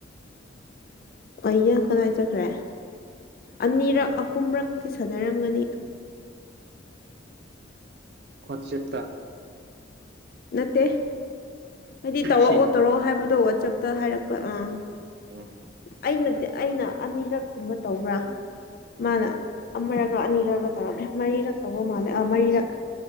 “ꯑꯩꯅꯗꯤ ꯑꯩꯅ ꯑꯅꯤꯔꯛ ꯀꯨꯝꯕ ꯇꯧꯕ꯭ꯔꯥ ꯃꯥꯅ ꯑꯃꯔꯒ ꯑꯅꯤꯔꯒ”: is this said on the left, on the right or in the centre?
Left